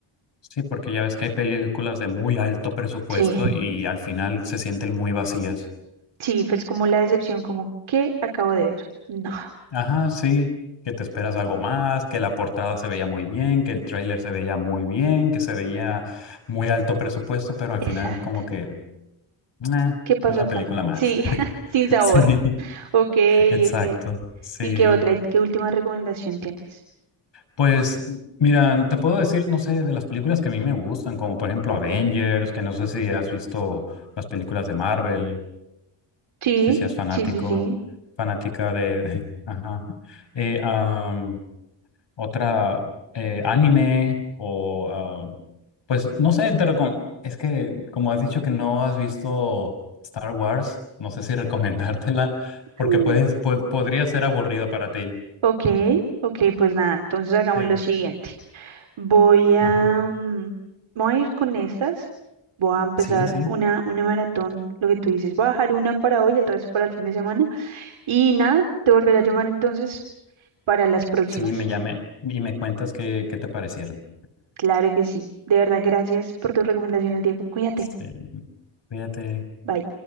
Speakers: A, on the left (about 60°); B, on the right (about 70°).
A: Sí, porque ya ves que hay películas de muy alto presupuesto
B: Sí,
A: y al final se sienten muy vacías.
B: sí, pues como la decepción, como ¿qué acabo de ver? No,
A: Ajá, sí, que te esperas algo más, que la portada se veía muy bien, que el tráiler se veía muy bien, que se veía muy alto presupuesto, pero al
B: exacto.
A: final como que, "Meh,
B: ¿Qué pasó
A: una
B: acá?
A: película más.
B: Sí,
A: <laughs>
B: <laughs> sin sabor.
A: Sí,
B: Ok,
A: exacto,
B: ok.
A: sí.
B: ¿Y qué otra? ¿Y qué última recomendación tienes?
A: Pues mira, te puedo decir, no sé, de las películas que a mí me gustan, como por ejemplo Avengers, que no sé si has visto las películas de Marvel.
B: Sí,
A: si seas fanático,
B: sí, sí, sí.
A: fanática de, de- <laughs> ajá. Eh, am, otra eh, anime o am, pues no sé, te recom- es que como has dicho que no has visto Star Wars, no sé si <laughs> recomendártela porque
B: Mm.
A: puedes pu- podría ser aburrida para ti.
B: Ok, ok, pues nada, entonces hagamos
A: Sí.
B: lo siguiente. Voy a,
A: Ajá.
B: mm, voy a ir con estas. Voy a empezar
A: Sí, sí.
B: una, una maratón, lo que tú dices. Voy a dejar una para hoy, el resto para el fin de semana. Y nada, te volveré a llamar entonces para las próximas.
A: Sí, me llame y me cuentas qué, qué te parecieron.
B: Claro que sí. De verdad, gracias por tus recomendaciones, Diego. Cuídate.
A: Sí. Cuídate.
B: Bye.